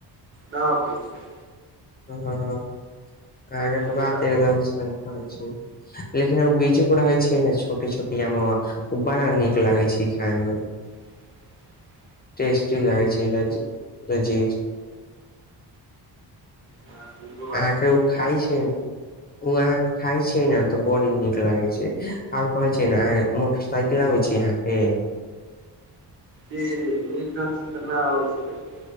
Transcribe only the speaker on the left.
हँ अहाँके
तऽ बात
एकदम सहि कहै छै लेकिन ओ बीजू क रहै छिय ने छोटी छोटी आमुआ ओ बड़ा नीक लगै छै खायमे
टेस्टी लागै छै
रज रजी
अहाँके
उ खाइ
छै ओ अहाँ के खाय छीयै न तऽ बड़ी नीक लागई छिय न ओर कहे छिय न साइकिल आबै छै यहाँ के